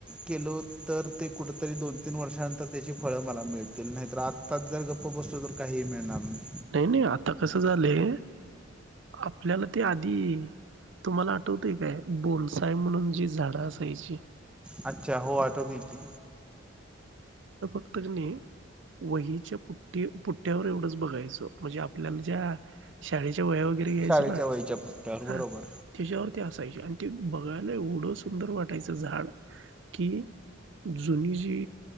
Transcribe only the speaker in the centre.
केलो तर ते कुठ. तरी दोन तीन वर्षानंतर त्याची फळं मला मिळतील नाही तर आत्ताच जर गप्प बसलो तर काहीही मिळणार नाही.
अच्छा हो आठवते की.
शाळेच्या
वयीच्या पुट्ट्यावर
बरोबर